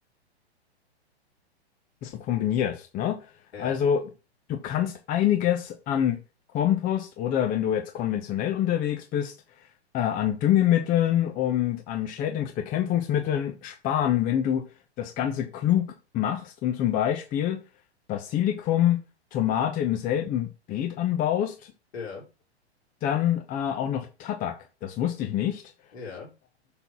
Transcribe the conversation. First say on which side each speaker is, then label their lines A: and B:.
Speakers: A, on the left; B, on the left.
A: so kombinierst, ne?
B: Ja,
A: Also du kannst einiges an Kompost oder wenn du jetzt konventionell unterwegs bist, äh, an Düngemitteln und an Schädlingsbekämpfungsmitteln sparen, wenn du das Ganze klug machst und zum Beispiel Basilikum, Tomate im selben Beet anbaust,
B: ja,
A: dann äh, auch noch Tabak. Das wusste ich nicht.
B: ja,